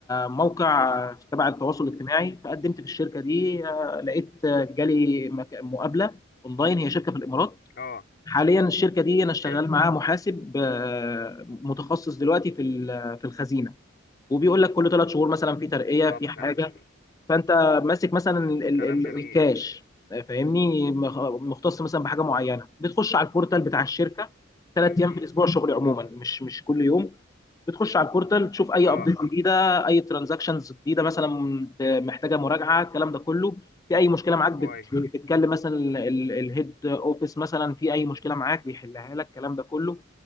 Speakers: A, on the left (about 15°); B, on the left (about 50°).
A: موقع آه، تبع التواصل الاجتماعي فقدمت في الشركه دي آه، لقيت آه، جالي مك- مقابله اونلاين هي شركه في الامارات
B: اه
A: حاليا الشركه دي انا شغال
B: حلو
A: معاها محاسب آه، متخصص دلوقتي في ال- في الخزينه وبيقول لك كل ثلاث شهور مثلا في ترقيه
B: طب
A: في حاجه
B: كلام
A: فانت ماسك مثلا ال- ال-
B: كلام
A: ال-
B: جميل
A: الكاش آه، فاهمني مخ- مختص مثلا بحاجه معينه بتخش على البورتال بتاع الشركه ثلاث
B: امم
A: ايام في الاسبوع شغل عموما مش مش كل يوم بتخش على البورتال تشوف اي
B: اه
A: ابديت جديده اي ترانزاكشنز جديده مثلا محتاجه مراجعه الكلام ده كله في اي مشكله معاك بت-
B: كويس
A: بتتكلم مثلا الهيد اوفيس مثلا في اي مشكله معاك بيحلها لك الكلام ده كله